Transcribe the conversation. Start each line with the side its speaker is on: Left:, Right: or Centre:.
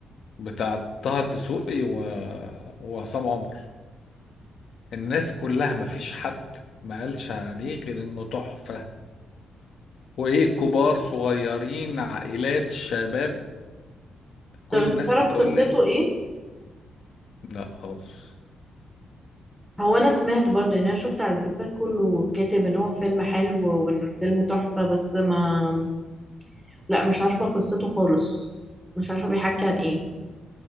Left: بتاع طه الدسوقي و... وعصام عمر الناس كلها ما فيش حد ما قالش عليه غير انه تحفه وايه كبار صغيرين عائلات شباب كل
Centre: طب انت
Left: الناس
Centre: تعرف
Left: بتقول
Centre: قصته
Left: لي
Centre: ايه
Left: لا خالص
Centre: هو انا سمعت برضه يعني انا شفت على الجروبات كله كاتب ان هو فيلم حلو وان الفيلم تحفة بس ما لا مش عارفة قصته خالص مش عارفة بيحكي عن ايه